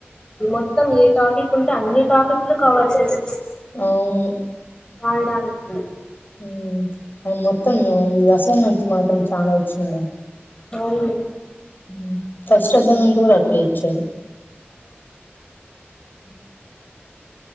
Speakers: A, on the left; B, on the left.
A: మొత్తం ఏ టాపిక్ ఉంటే అన్ని టాపిక్లు కవర్ చేసి
B: అవును
A: ఆడాన్ కి
B: ఉం అండ్ మొత్తం ఈ అసైన్మెంట్స్ మాత్రం చానా సోడ
A: అవును
B: ఉం ఫష్ స్ట్రజర్మెంట్ కూడా అట్లే ఇచ్చిండు హ